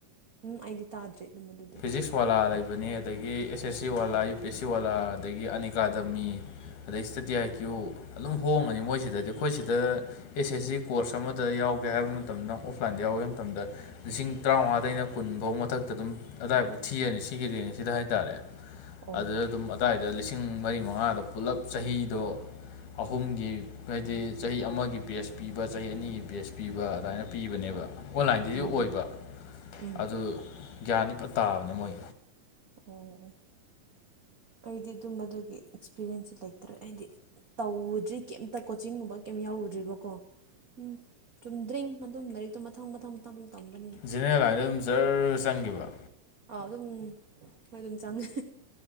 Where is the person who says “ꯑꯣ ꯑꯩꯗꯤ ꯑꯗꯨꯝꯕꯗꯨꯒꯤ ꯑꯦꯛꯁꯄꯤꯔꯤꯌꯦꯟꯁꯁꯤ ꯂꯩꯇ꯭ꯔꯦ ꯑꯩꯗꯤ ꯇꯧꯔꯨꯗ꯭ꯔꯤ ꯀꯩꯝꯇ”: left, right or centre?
Right